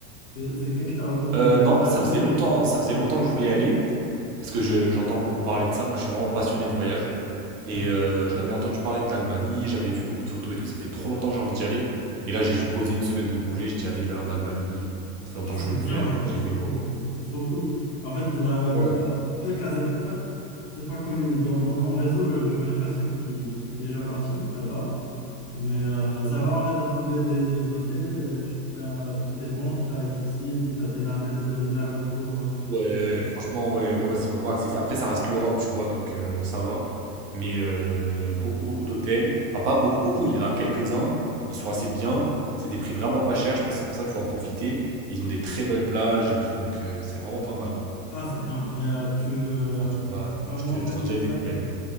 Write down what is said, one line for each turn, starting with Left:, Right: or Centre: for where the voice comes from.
Left: c'est c'est quelqu'un qui t'a recommandé
Right: Euh,
Left: le
Right: non,
Left: projet
Right: ça
Left: ou
Right: faisait
Left: bien
Right: longtemps,
Left: tu sais.
Right: ça faisait longtemps que je voulais y aller. Parce que je- j'entends beaucoup parler de ça. Moi, je suis vraiment passionné de voyage. Et
Left: Ah,
Right: euh, j'en avais entendu parler de l'Albanie, j'avais vu beaucoup de photos et tout. Ça fait trop longtemps que j'ai envie d'y aller. Et là, j'ai juste posé une semaine de congé. Je dis, allez, je vais aller en Albanie. Ça fait longtemps
Left: Ah,
Right: que
Left: c'est
Right: je veux
Left: bien.
Right: le faire.
Left: C'est
Right: et J'y
Left: c'est
Right: vais,
Left: trop,
Right: quoi.
Left: c'est trop cool. En fait, la, la plupart.
Right: Ouais,
Left: En fait, car c'est pas, c'est pas connu. Dans, dans mon réseau, euh, je connais personne qui, qui est déjà parti là-bas. Mais euh, ça va, en fait, tu as trouvé des, des hôtels, euh, tout, t'as- tout est bon, tout est accessible, tu as des navettes euh, de l'aéroport euh,
Right: ouais, franchement, ouais, ouais, ouais, c'est vraiment accessible. Après, ça reste l'Europe, tu vois, donc euh, ça va. Mais euh, il y a beaucoup, beaucoup d'hôtels. Enfin, pas beaucoup, beaucoup. Il y en a quelques-uns. Ils sont assez bien. C'est des prix vraiment pas chers. Je pense que c'est pour ça qu'il faut en profiter. Et Ils ont des très belles plages et tout. Donc, euh, c'est vraiment pas mal.
Left: Ah, c'est bien. Et euh, tu. euh,
Right: En tout cas, heu,
Left: car
Right: je
Left: moi,
Right: te
Left: en fait,
Right: je t'en dirai des
Left: là,
Right: nouvelles.
Left: pour...